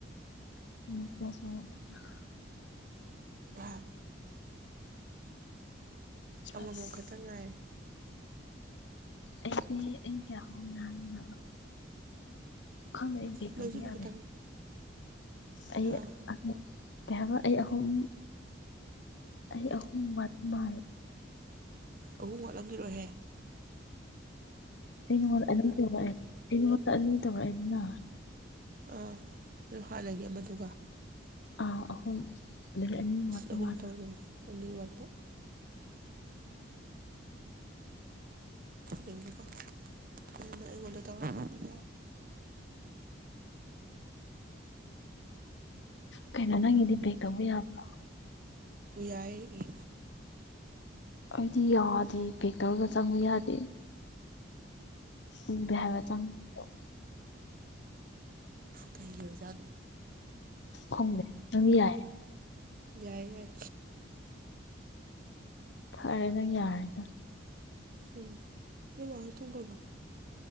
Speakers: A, on the left; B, on the right.
A: <inaudible>
B: ꯍꯥꯏ ꯑꯃꯃꯝ
A: ꯑꯁ
B: ꯈꯛꯇꯪ ꯉꯥꯏꯔꯦ <inaudible>
A: ꯑꯩꯗꯤ ꯑꯩ ꯀꯌꯥꯝꯅꯣ ꯍꯥꯏ <inaudible> ꯈꯪꯗ ꯑꯩ ꯀꯩ
B: ꯅꯪꯁꯨ
A: ꯇꯧꯅꯤ
B: ꯑꯃꯨꯛ
A: ꯌꯥꯗꯦ
B: ꯈꯛꯇꯪ
A: ꯑꯩ
B: ꯍꯥ
A: ꯑ ꯀꯩ ꯍꯥꯌꯕꯥ ꯑꯩ ꯑꯍꯨꯝ ꯑꯩ ꯑꯍꯨꯝ ꯋꯥꯗ ꯃꯜꯂꯦ
B: ꯑꯍꯨꯝ ꯋꯥꯠꯂꯝꯒꯤꯔꯣꯏ ꯌꯦ
A: ꯑꯩꯉꯣꯟꯗꯥ ꯑꯅꯤ ꯁꯨꯕꯅꯦ ꯑꯅꯤ ꯇꯧꯔꯛ ꯏꯅꯥ
B: ꯑꯥ ꯍꯥꯟꯅꯒꯤ ꯑꯃꯗꯨꯒ
A: ꯑ ꯑꯍꯨꯝ ꯑꯅꯤ ꯉꯥꯛꯇ
B: ꯑꯍꯨꯝ
A: ꯃꯥꯜꯂꯦ
B: ꯇꯧꯒꯦ ꯑꯅꯤꯃꯛꯇ ꯌꯦꯡꯒꯦꯀꯣ <unintelligible> <unintelligible>
A: ꯀꯩꯅꯣ ꯅꯪꯒꯤꯗꯤ <unintelligible> ꯇꯧꯕ ꯌꯥꯕ꯭ꯔꯥ
B: ꯌꯥꯏꯌꯦ
A: ꯑꯩꯗꯤ ꯌꯥꯗꯦ ꯄꯦꯛ ꯇꯧꯔꯒ ꯆꯪꯕ ꯌꯥꯗꯦ ꯎꯗꯦ ꯍꯥꯏꯕ ꯆꯪꯕꯗꯣ
B: ꯀꯩꯒꯤ ꯑꯣꯏꯖꯥꯠꯅꯣ
A: ꯈꯪꯗꯦ ꯅꯪꯒꯤ ꯌꯥꯏ
B: ꯌꯥꯏ ꯌꯥꯏ
A: ꯐꯔꯦꯗ ꯅꯪ ꯌꯥꯔꯦꯗ
B: ꯎꯝ ꯅꯣꯏ ꯃꯥꯍꯣꯏ ꯇꯨꯝꯒꯔꯕꯣ